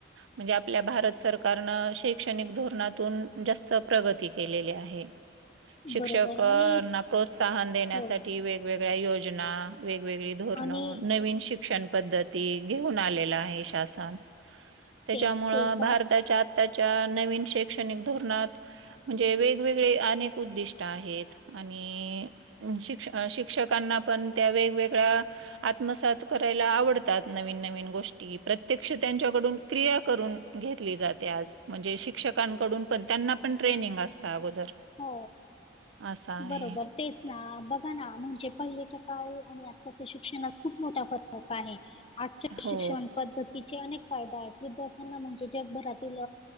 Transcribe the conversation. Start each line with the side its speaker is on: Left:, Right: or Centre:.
Right: म्हणजे आपल्या भारत सरकारनं शैक्षणिक धोरणातून जास्त प्रगती केलेली आहे. शिक्षकना
Left: बरोबर आणि
Right: प्रोत्साहन देण्यासाठी
Left: हो
Right: वेगवेगळ्या योजना वेगवेगळी धोरणं
Left: आणि
Right: नवीन शिक्षण पद्धती घेऊन आलेला आहे शासन. त्याच्यामुळं
Left: तेच तेच
Right: भारताच्या
Left: आत
Right: आत्ताच्या नवीन शैक्षणिक धोरणात म्हणजे वेगवेगळे अनेक उद्दिष्ट आहेत. आणि शिक् शिक्षकांना पण त्या वेगवेगळ आत्मसात करायला आवडतात नवीन नवीन गोष्टी प्रत्यक्ष त्यांच्याकडून क्रिया करून घेतली जाते आज म्हणजे शिक्षकांकडून पण त्यांना पण ट्रेनिंग असतं अगोदर.
Left: हो
Right: असं आहे
Left: बरोबर तेच ना बघ बघताना म्हणजे पहिल्याच्या काळी आणि आताच्या शिक्षणात खूप मोठा फरक आहे. आजच्या
Right: हो
Left: शिक्षण पद्धतीचे अनेक फायदे आहेत. विद्यार्थ्यांना म्हणजे जगभरातील